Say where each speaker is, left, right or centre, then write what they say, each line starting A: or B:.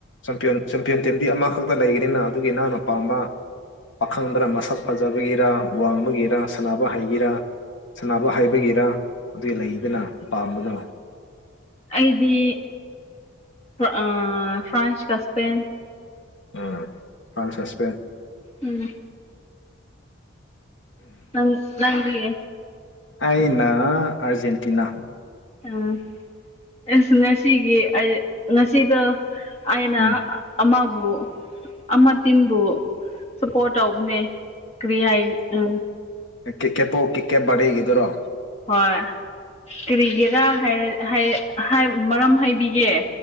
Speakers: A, on the left (about 70°); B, on the left (about 30°).
A: ꯆꯝꯄꯤꯌꯟ ꯆꯦꯝꯄꯤꯌꯟ ꯇꯤꯝꯗꯤ ꯑꯃꯈꯛꯇ ꯂꯩꯒꯅꯤꯅ ꯑꯗꯨꯒꯤ ꯅꯛꯅ ꯄꯥꯝꯕ ꯄꯥꯈꯪꯕꯔ ꯃꯁꯛ ꯐꯖꯕꯒꯤꯔꯥ ꯋꯥꯡꯕꯒꯤꯔꯥ ꯁ ꯍꯥꯏꯒꯤꯔꯥ ꯁꯅꯕ ꯍꯥꯏꯩꯕꯒꯤꯔ ꯑꯗꯨꯒꯤ ꯂꯩꯗꯅ ꯄꯥꯝꯕꯗꯣ
B: ꯑꯩꯗꯤ ꯑꯥ ꯐ꯭ꯔꯥꯟꯁ ꯀ ꯁꯄꯦꯟ
A: ꯎꯨꯝ ꯐ꯭ꯔꯥꯟꯁ ꯀꯥ ꯏꯁꯄꯦꯟ
B: ꯎꯝ ꯅꯪ ꯅꯪꯗꯤ
A: ꯑꯅꯥ ꯑꯔꯖꯦꯟꯇꯤꯅꯥ
B: ꯎꯨꯝ ꯑꯩꯁꯨ ꯃꯦꯁꯤꯒꯤ ꯑꯩ ꯉꯁꯤꯗ ꯑꯩꯅ
A: ꯎꯝ
B: ꯑꯃꯥ ꯕꯨ ꯑꯃꯇꯤꯟꯕꯨ ꯁꯄꯣꯔꯠ ꯇꯧꯕꯅꯦ ꯀ꯭ꯔꯤ ꯍꯥꯏ ꯎꯨꯝ
A: ꯀꯤꯛ ꯀꯦꯞꯄꯣ ꯀꯤꯛ ꯀꯦꯞ ꯕꯥꯔꯗꯦꯒꯤꯗꯨꯔꯣ
B: ꯍꯣꯏ ꯀꯔꯤꯒꯦꯔꯥ ꯍꯥꯏ ꯍꯥꯏ ꯃꯔꯝ ꯍꯥꯏꯕꯤꯒꯦ